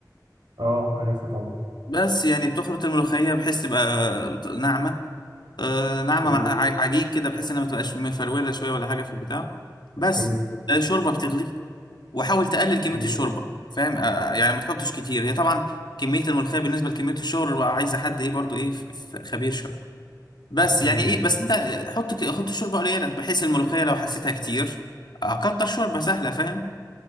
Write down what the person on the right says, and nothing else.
اه عارفها طبعا
اوكي
اوكي
اوكي
اوكي